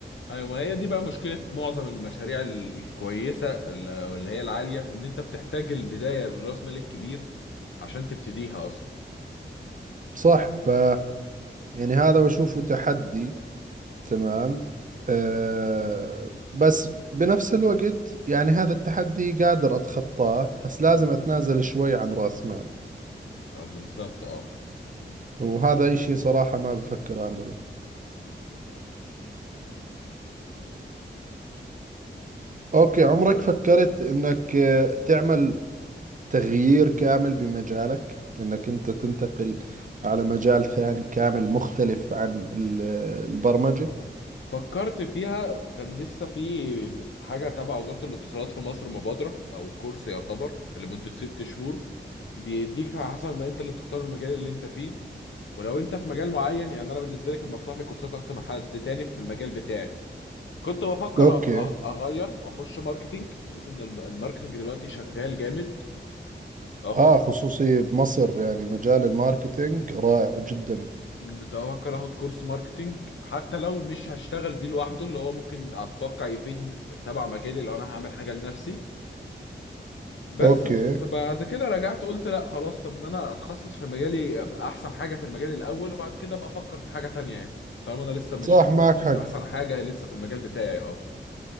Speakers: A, on the left (about 80°); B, on the right (about 45°).
A: ايوه ما هي دي بقى مشكلة معظم المشاريع ال- الكويسة ال- أو اللي هي العالية ان انت بتحتاج البداية للراس مال الكبير عشان تبتديها اصلا
B: صح ف يعني هذا بشوفه تحدي تمام أه بس بنفس الوقت يعني هذا التحدي قادر أتخطاه بس لازم أتنازل شوي عن رأس مال
A: اه بالظبط اه
B: وهذا إشي صراحة ما بفكر أعمله أوكي عمرك
A: طب إيه؟
B: فكرت إنك آه، تعمل تغيير كامل بمجالك إنك أنت تنتقل على مجال ثاني كامل مختلف عن ال- البرمجة
A: فكرت فيها كان لسه في حاجة تبع وزارة الاتصالات في مصر مبادرة أو كورس يعتبر لمدة ست شهور بيديك على حسب ما أنت اللي بتختار المجال اللي أنت فيه ولو انت في مجال معين يعني انا بالنسبه لي كان مفتوح لي كورسات اكتر من حد تاني في المجال بتاعي كنت بفكر
B: اوكي
A: أ- أ- اغير واخش ماركتينج بحيث ان الم- الماركتينج دلوقتي شغال جامد اخد
B: اه
A: كورس
B: خصوصي بمصر يعني مجال الماركتينج رائع جدا
A: مم، كنت بفكر اخد كورس ماركتينج حتى لو مش هشتغل بيه لوحده اللي هو ممكن اتوقع يفيدني في تبع مجالي لو انا هعمل حاجه لنفسي بس
B: اوكي
A: بس بعد كده رجعت قلت لا خلاص طب ما انا اتخصص في مجالي ابقى احسن حاجه في المجال الاول وبعد كده ابقى افكر في حاجه تانية يعني طالما انا لسه مش
B: صح معك
A: مش
B: حق
A: احسن حاجه لسه في المجال بتاعي اه